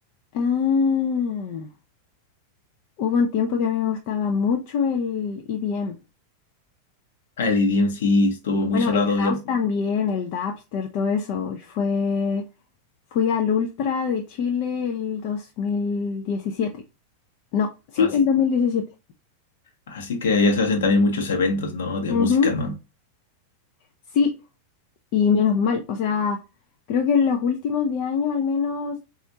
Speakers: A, on the left (about 45°); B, on the left (about 60°).
A: Ah, hubo un tiempo que a mí me gustaba mucho el EDM.
B: El EDM sí estuvo muy
A: Bueno,
B: sonado
A: el house
B: ya,
A: también, el dubstep, todo eso. Y Fue, fui al Ultra de Chile el 2017. No, sí,
B: así.
A: el 2017.
B: Así que ya se hacen también muchos eventos, ¿no? De
A: Ujú.
B: música, ¿no?
A: Sí, Y menos mal, o sea, creo que en los últimos 10 años al menos,